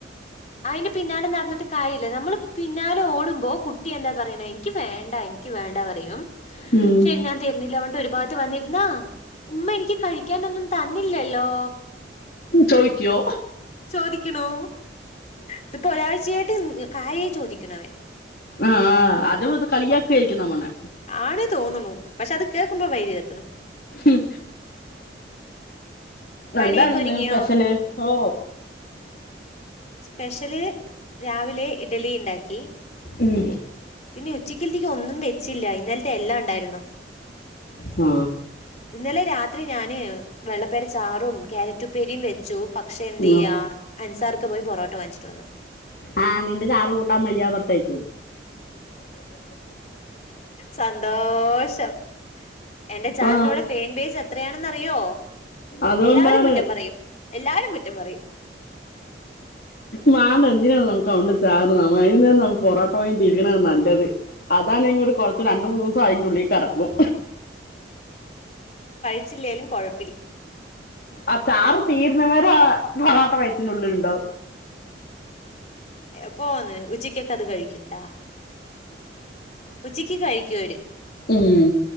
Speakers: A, on the left; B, on the left.
A: അതിന്റെ പിന്നാലെ നടന്നിട്ട് കാര്യമില്ല നമ്മൾ പിന്നാലെ ഓടുമ്പോ കുട്ടി എന്താ പറയണേ എനിക്ക് ഭേണ്ട എനിക്ക് വേണ്ടാ പറയും
B: ഉം
A: ശരി ഞാൻ തെരുന്നില്ല പൺട്ട് ഒരുപാത്ത് വന്നിരുന്നാ ഉമ്മ എനിക്ക് കഴി ക്കാനൊന്നും തന്നില്ലല്ലോ
B: ചോയ്ക്കോ
A: ചോദിക്കണോ ഇതിപ്പോ ഒരാഴ്ചയായിട്ട് കായേ ചോദിക്കണവേ
B: ആ അത് ഇത് കളിയാക്കയായിരിക്കും നമ്മണ്ണെ
A: ആണ് തോന്നുമോ പക്ഷെ അത് കേൾക്കുമ്പം വൈര് കത്തണ്
B: ഉം
A: പണിയൊക്കെ
B: എന്താണന്ന്
A: ഒരുങ്ങിയോ
B: പെഷല് ഓ
A: സ്പെഷ്യല് രാവിലെ ഇഡ്ലി ഇണ്ടാക്കി
B: ഉം
A: പിന്നെ ഉച്ചക്കിൽത്തേക്ക് ഒന്നും വെച്ചില്ല ഇന്നലത്തെ എല്ലാം ഉണ്ടായിരുന്നു
B: ആ
A: ഇന്നലെ രാത്രി ഞാന് വെള്ളപ്പേര ചാറും ക്യാരറ്റുപ്പേരിയും വെച്ചു പക്ഷെ എന്തെയ്യാ
B: ഉം
A: അൻസാർ ഒക്കെ പോയി പൊറോട്ട വാങ്ങിച്ചിട്ട് വന്നു
B: ആ നിന്റെ ചാറ് കൂട്ടാൻ വയ്യാ പർത്തേക്കും
A: സന്തോഷം എന്റെ ചാറിനോട്
B: ആ
A: ഫേൻ ബേജ് എത്രയാണെന്നറിയോ
B: അതുകൊണ്ടാണ്
A: എല്ലാവരും കുറ്റം പറയും എല്ലാരും കുറ്റം പറയും
B: വാ എന്തിനാണ് നമുക്ക് അതോണ്ട് ചാറ് നന്നായിരിന്നേൽ നമ്മക്ക് പൊറട്ട വാങ്ങി തീരിണേ നല്ലത് അതാണ് ഇങ്ങളോട് കൊറച്ച് രണ്ട് മൂന്നോസം അയിൻ്റുള്ളിൽ കെടക്കും
A: വെച്ചിലേലും കൊഴ്
B: ആ ചാറ് തീരുന്നവരാ ആ പൊറാട്ട വയറ്റിനുള്ളിൽ ഇണ്ടാവും
A: എപ്പോവന്ന് ഉച്ചയ്ക്കക്ക അത് കഴിക്കും ട്ടാ ഉച്ചക്ക് കഴിക്കു അവര്
B: ഉം